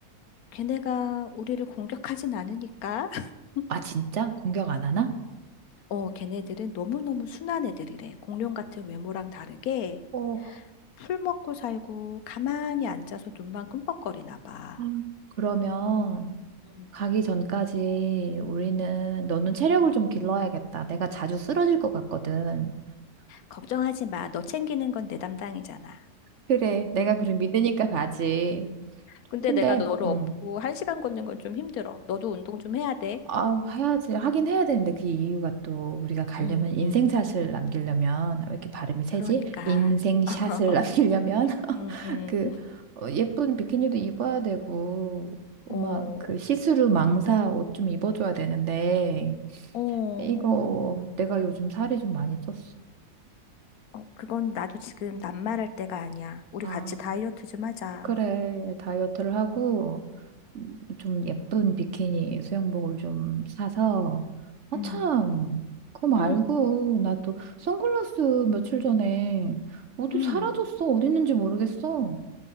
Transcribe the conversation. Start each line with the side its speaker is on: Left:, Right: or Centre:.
Left: 걔네가 우리를 공격하진 않으니까. <laughs>
Right: 아, 진짜? 공격 안 하나?
Left: 어, 걔네들은 너무너무 순한 애들이래. 공룡 같은 외모랑 다르게
Right: 어,
Left: 풀 먹고 살고 가만히 앉아서 눈만 끔뻑거리나 봐.
Right: 음. 그러면
Left: 음.
Right: 가기 전까지 우리는 너는 체력을 좀 길러야겠다. 내가 자주 쓰러질 것 같거든.
Left: 걱정하지 마. 너 챙기는 건 내 담당이잖아.
Right: 그래, 내가 그럼 믿으니까 가지.
Left: 근데
Right: 근데,
Left: 내가 너를
Right: 응.
Left: 업고 한 시간 걷는 건 좀 힘들어. 너도 운동 좀 해야 돼.
Right: 아, 해야지. 하긴 해야 되는데 그 이유가 또 우리가 가려면
Left: 음,
Right: 인생샷을
Left: 음.
Right: 남기려면 왜 이렇게 발음이 세지?
Left: 그러니까.
Right: 인생샷을
Left: <laughs>
Right: <laughs> 남기려면 <laughs>
Left: 음, 음.
Right: 그 어, 예쁜 비키니도 입어야 되고 막
Left: 어.
Right: 그 시스루 망사 옷 좀 입어줘야 되는데
Left: 어, 어,
Right: 이거 내가 요즘 살이 좀 많이 쪘어.
Left: 그건 나도 지금 낱말할 때가 아니야. 우리
Right: 아,
Left: 같이 다이어트 좀 하자.
Right: 그래 다이어트를 하고
Left: 어,
Right: 음, 좀 예쁜 비키니 수영복을 좀 사서 아
Left: 음,
Right: 참 그거 말고
Left: 응,
Right: 나 또 선글라스 며칠 전에 어디
Left: 응.
Right: 사라졌어 어디 있는지 모르겠어